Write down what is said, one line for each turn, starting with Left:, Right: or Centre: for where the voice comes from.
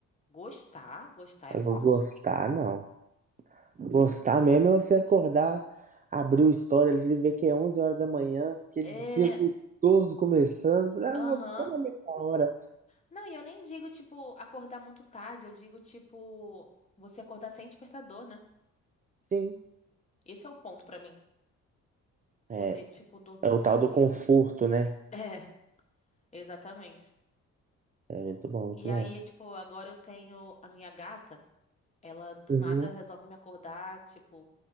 Left: gostar, gostar é
Right: Eu
Left: forte.
Right: vou gostar, não. Gostar mesmo é você acordar, abrir o story ali e ver que é 11 horas da manhã, aquele
Left: É,
Right: dia gostoso começando. Falei, ah,
Left: aham.
Right: vou só uma meia hora.
Left: Não, e eu nem digo, tipo, acordar muito tarde, eu digo, tipo, você acordar sem despertador, né?
Right: Sim,
Left: Esse é o ponto pra mim.
Right: é,
Left: Poder, tipo, dormir
Right: é o
Left: tranquilo.
Right: tal do conforto, né?
Left: É, <laughs> exatamente.
Right: É muito bom, muito
Left: E aí,
Right: bom.
Left: tipo, agora eu tenho a minha gata, ela do
Right: Uhum.
Left: nada resolve me acordar, tipo,